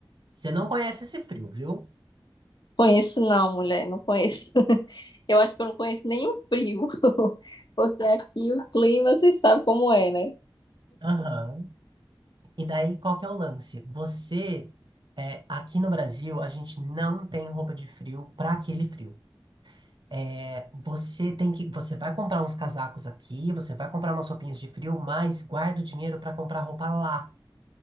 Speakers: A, on the right; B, on the left.
A: você não conhece esse frio, viu?
B: Conheço não, mulher, não conheço. <laughs> Eu acho que eu não conheço nenhum frio, <laughs> porque aqui o clima, você sabe como é, né?
A: Aham. E daí, qual que é o lance? Você, é, aqui no Brasil, a gente não tem roupa de frio para aquele frio. É, você tem que, você vai comprar uns casacos aqui, você vai comprar umas roupinhas de frio, mas guarda o dinheiro para comprar roupa lá.